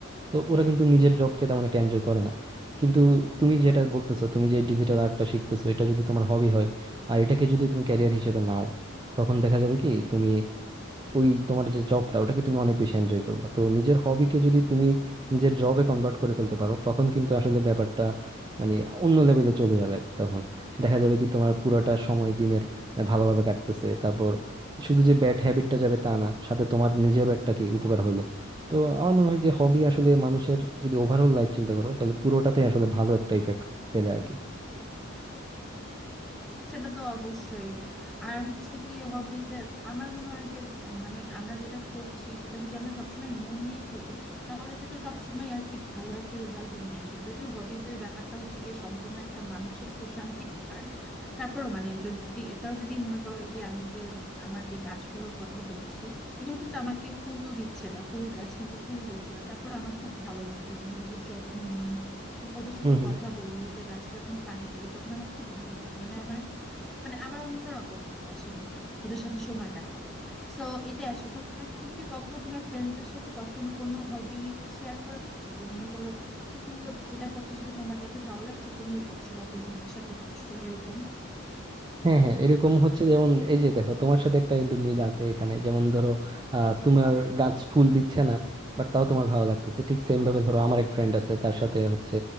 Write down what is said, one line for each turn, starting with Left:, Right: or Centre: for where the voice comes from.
Right: তো ওরা কিন্তু নিজের জবকে তেমন একটা এনজয় করে না কিন্তু তুমি যেটা বলতেছো তুমি যে ডিজিটাল আর্টটা শিখতেছো এটা যদি তোমার হবি হয় আর এটাকে যদি তুমি ক্যারিয়ার হিসেবে নাও তখন দেখা যাবে কি তুমি ওই তোমার যে জবটা ওটাকে তুমি অনেক বেশি এনজয় করবা তো নিজের হবিকে যদি তুমি নিজের জবে কনভার্ট করে ফেলতে পারো তখন কিন্তু আসলে ব্যাপারটা মানে অন্য লেভেলে চলে যাবে আর কি তখন দেখা যাবে কি তোমার পুরোটা সময় দিনের ভালোভাবে কাটতেছে তারপর শুধু যে ব্যাড হ্যাবিটটা যাবে তা না সাথে তোমার নিজেরও একটা কি উপকার হলো তো আমার মনে হয় যে হবি আসলে মানুষের যদি ওভারঅল লাইফ চিন্তা করো তাহলে পুরোটাতে আসলে ভালো একটা ইফেক্ট ফেলে আর কি
Centre: সেটা তো অবশ্যই আর হচ্ছে কি হবিজ এর আমার মনে হয় যে আহ, মানে আমরা যেটা করছি সেটা যদি আমরা সবসময় মন দিয়ে করি তাহলে সেটা সবসময় আর কি ভালো একটা রেজাল্ট নিয়ে আসে যদিও হবিজ এর ব্যাপারটা হচ্ছে গিয়ে সম্পূর্ণ একটা মানসিক প্রশান্তি ব্যাপার তারপর মানে যদি এটাও যদি মনে করো এই যে আমি যে আমার যে গাছগুলোর কথা বলছি এগুলো কিন্তু আমাকে ফুল দিচ্ছে না ফুল গাছ কিন্তু ফুল দিচ্ছে না তারপর আমার খুব ভালো লাগে যখন আমি ওদের যত্ন নিই বা ওদের সাথে
Right: হুম হুম
Centre: কথা বলি ওদের গাছে যখন পানি দিই তখন আমার খুব ভালো লাগে মানে আমার মানে আমার অন্যরকম লাগে আসলে ওদের সাথে সময় কাটাতে তো এটা আসলে তোমার তুমি কি কখনো তোমার ফ্রেন্ডসদের সাথে কখনো কোনো হবি শেয়ার করেছো যে মনে করো তুমি যেটা করছো সেটা তোমার দেখে ভালো লাগছে তুমিও করছো বা দুজন একসাথে করছো এরকম
Right: হ্যাঁ হ্যাঁ এরকম হচ্ছে যেমন এই যে দেখো তোমার সাথে একটা কিন্তু মিল আছে এখানে যেমন ধরো আহ, তোমার গাছ ফুল দিচ্ছে না বাট তাও তোমার ভালো লাগতেছে ঠিক সেম ভাবে ধরো আমার এক ফ্রেন্ড আছে তার সাথে হচ্ছে